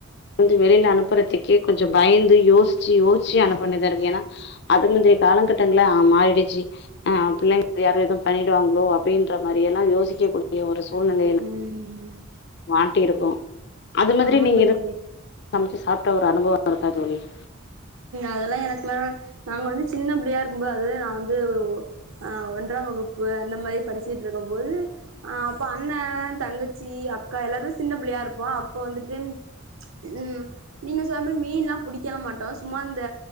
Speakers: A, on the left (about 55°); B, on the right (about 75°).
A: <unintelligible> வெளில அனுப் பறத்துக்கே கொஞ்ச பயந்து யோஸ்ச்சு யோஸ் ச்சு அனுப்ப வேண்டிதா இருக்கு ஏனா அது மாதிரி கால கட்டங்களா மாறிடுச்சு ஆ பிள்ளைங்க யாரு எது பண்ணிடுவாங்ளோ அப்டின்ற மாரியல்ல யோசிக்கக்கூடிய ஒரு சூழ்நிலையில
B: கண்டிப்பா ம்
A: வா டு இருக்கு அது மாதிரி
B: ஆமா
A: நீங்க
B: தோழி
A: இது சமச்சு சாப்ட ஒரு அனுபவ இருக்கா தோழி <inaudible>
B: அதெல்ல எனக்குல்லா நாங் வந்து சின்ன பிள்ளையா இருக்கும்போது அது நா வந்து ஒரு அ ஒன்றா வகுப் பு அந்த மாரி படிச்சிட்ருக்குக போது அ அப்ப அண்ணா தங்கச்சி அக்கா எல்லாருமே சின்ன பிள்ளையா இருப்போ அப்ப வந்துட்டு ம் நீங்க சொல்ல மீன்லாம் புடிக்கெல மாட்டோ சும்மா இந்த